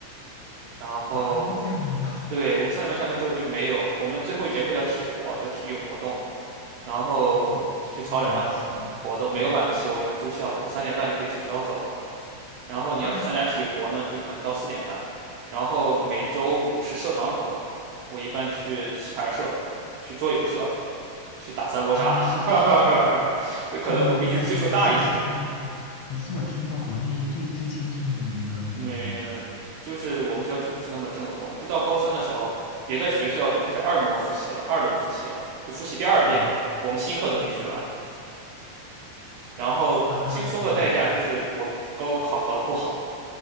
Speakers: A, on the right; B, on the left.
A: 然后
B: 啊，这样的吗？
A: 对我们三点半下课之后就没有，我们最后一节课叫体活，叫体育活动，然后就去操场上活活动，
B: 没有没有晚自习吗？
A: 没有晚自习，
B: 嗯
A: 我也不住校，我三点半就可以从学校走了。然后你要去参加体活呢，
B: 啊
A: 就可能到四点半。然后每周五是社团活动，
B: <gasps> 哦
A: 我一般去棋牌社、去桌游社、去打三国杀。
B: 啊
A: <laughs> 那可能我比你岁数大一些，
B: 那你你感觉你是我听过，你是我听过国内最最轻松的一个感觉，
A: 没，就是我们学校就不是那么正宗。就到高三的时候，别的学校都开始二模复习了，二轮复习了，就复习第二遍了，
B: 嗯
A: 我们新课都没学完。
B: 嗯
A: 然后轻松的代价就是我高考考得不好，
B: 啊这样，